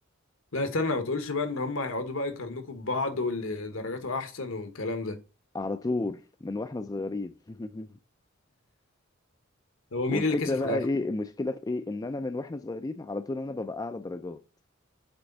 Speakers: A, on the left; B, on the left.
A: لا استنى ما تقولش بقى إن هما هيقعدوا بقى يقارنوكوا ببعض واللي درجاته أحسن والكلام ده
B: على طول من واحنا صغيرين <laughs>
A: هو
B: والفكره
A: مين اللي كسب في
B: بقى
A: الآخر؟
B: ايه المشكله في ايه ان انا من واحنا صغيرين على طول انا ببقى اعلى درجات